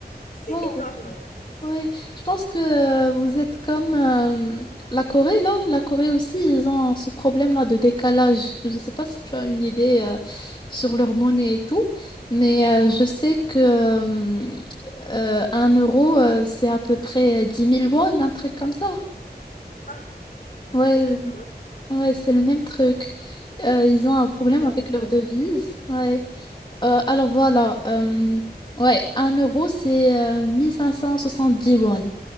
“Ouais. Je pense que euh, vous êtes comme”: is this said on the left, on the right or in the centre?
Left